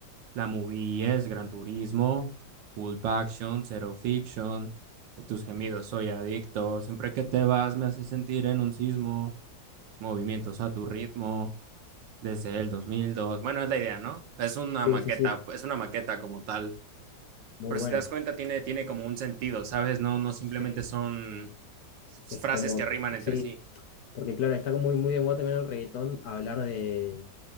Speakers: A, on the right; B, on the left.
A: La movie es Gran Turismo, Pulp Action, Zero Fiction, de tus gemidos soy adicto, siempre que te vas me hace sentir en un sismo, tus movimientos a tu ritmo, desde el dos mil dos, Bueno, es la idea, ¿no? Es una
B: Sí,
A: maqueta,
B: sí, sí.
A: es una maqueta como tal.
B: Muy
A: Pero
B: bueno.
A: si te das cuenta, tiene, tiene como un sentido, ¿sabes? No, no simplemente
B: Sí.
A: son frases
B: Es como,
A: que riman
B: que-
A: entre
B: sí,
A: sí.
B: porque claro, está como muy, muy de moda también el reggaetón hablar de,